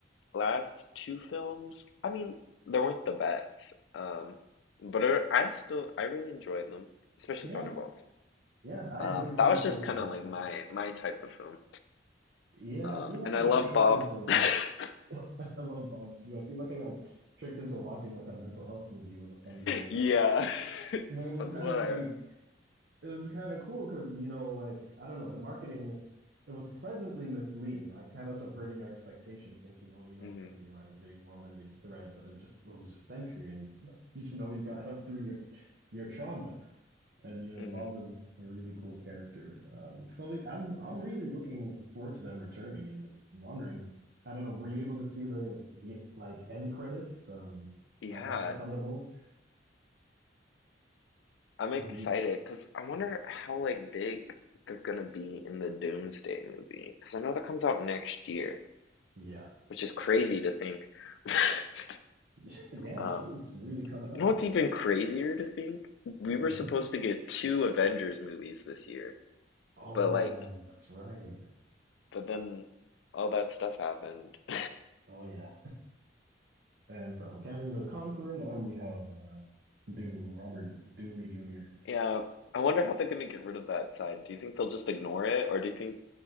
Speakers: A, on the left (about 85°); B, on the right (about 65°).
A: last two films, I mean, they weren't the best. Um, but I still I really enjoyed them, especially
B: yeah,
A: Thunderbolts.
B: yeah. I
A: Um,
B: enjoyed
A: that
B: Thunderbolts
A: was just kind
B: a lot
A: of like
B: too.
A: my my type of film.
B: Yeah,
A: Uh,
B: I feel like
A: and
B: I
A: I
B: got
A: love
B: tricked
A: Bob.
B: into.
A: <laughs>
B: <laughs> I love Bob too. I feel like I got tricked into watching like a mental health movie with the Thunderbolts,
A: Yeah, <laughs> that's
B: but it was kind
A: what
B: of like
A: I.
B: it was kind of cool because, you know, like, I don't know, the marketing, it was pleasantly misleading, like kind of subverting your expectations, thinking, oh, you know,
A: mhm.
B: it's going to be like a big world-ending threat, but it just it was just Sentry, and <laughs> you know, you got to help through your your trauma. And you know,
A: hmm
B: Bob was a really cool character. Um, so I'm I'm really looking forward to them returning and wondering. I don't know, were you able to see the the like end credits, um,
A: Yeah,
B: like after Thunderbolts?
A: I'm
B: The
A: excited because I wonder how like big they're gonna be in the Doomsday movie because I know that comes out next year,
B: yeah,
A: which is crazy to think. <laughs>
B: <laughs> yeah,
A: Um,
B: it's it's really coming
A: you
B: up.
A: know what's even crazier to think? We were
B: Mhm.
A: supposed to get two Avengers movies this year,
B: Oh,
A: but like,
B: that's right.
A: but then all that stuff happened. <laughs>
B: Oh yeah. And from Kang the Conqueror, now we have uh, Doom, Robert Doomy Jr.
A: Yeah, I wonder how they're gonna get rid of that side. Do you think they'll just ignore it, or do you think